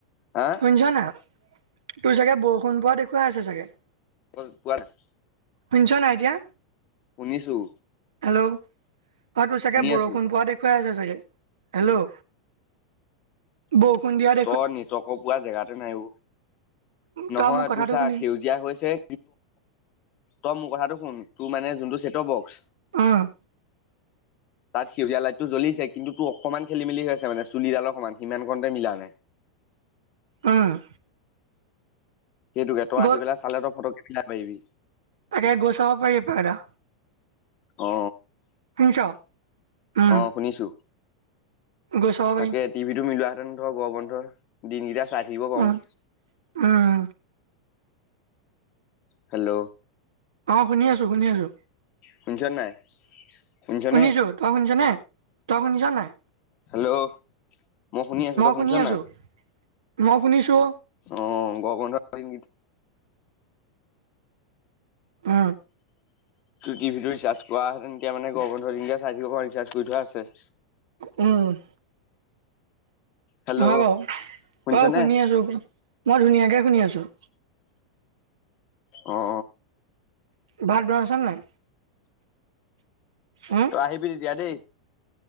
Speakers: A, on the left; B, on the right.
A: হা
B: শুনিছ না তোৰ চাগে বউষুণ পৱা দেখুৱাই আছে চাগে?
A: <unintelligible>
B: শুনিছ নাই এতিয়া
A: শুনিছোঁ।
B: হেল্ল' অ তোৰ চাগে বৰষুণ
A: আছো
B: পোৱা দেখুৱাই আছে চাগে। হেল্ল' বৰষুণ দিয়াত
A: তই নেটৱৰ্কৰ পোৱা জেগাতে নাই অ, নহয়
B: তই মোৰ কথাটো
A: তোৰ চা,
B: শুনি
A: সেউজীয়াই হৈছে তই মোৰ কথাটো শুন, তোৰ মানে চছেটৰ বক্স।
B: উম,
A: তাত সেউীয়া লাইটটো জ্বলিছে, কিন্তু ত, অকমান খেলি- মেলি হৈ আছে, মান চুলিডালৰ অকণমান সিমানকনতে মিলা নাই।
B: উম,
A: সেইটোকে তই আহি
B: গৈ
A: পালে চালে, তই <inaudible> পাৰিবি।
B: তাকে গৈ চাব পাৰি, উপায় এটা
A: অ
B: শুনিছ? উম
A: অ, শুনিছো।
B: গৈ চাব পাৰি
A: তাকে টিভিটো মিলোৱা হেঁতেন ধৰক গৰ বন্ধৰ দিনকেইটা চাই থাকিব পাৰো।
B: উম উম
A: হেল্ল,
B: অ, শুনি আছো, শুনি আছো।
A: শুনিছ নে নাই? শুনিছনে,
B: শুনিছো তই শুনিছ নে তই শুনিছ নাই
A: হেল্ল, মই শুনি আছো। তই শুনিছ
B: শুনি
A: নে
B: আছো
A: নাই?
B: মই শুনিছো।
A: অ, গৰম বন্ধ <unintelligible>
B: অ,
A: টিভি ৰিচাৰ্জ কৰা তেতিয়া মানে গৰ বন্ধ তেতিয়া চাই থাকিব পাৰো, ৰিচাৰ্জ কৰি থোৱা আছে।
B: উম,
A: হেল্ল'
B: হয় বাৰু,
A: শুনিছনে?
B: বাৰু শুনি আছোঁ মই ধুনীয়াকৈ শুনি আছোঁ।
A: অ, অ,
B: ভাত বনাইছা নে, নাই? উম
A: তই আহিবি তেতিয়া, দেই।